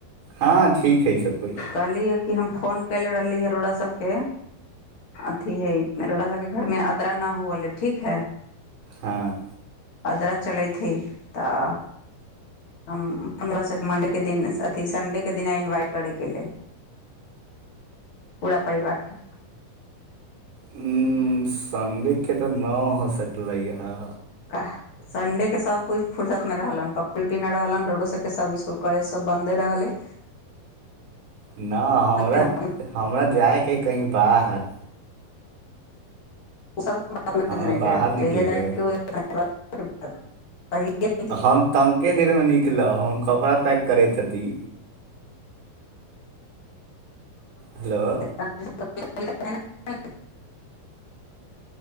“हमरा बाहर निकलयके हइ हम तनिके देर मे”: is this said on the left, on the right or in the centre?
Right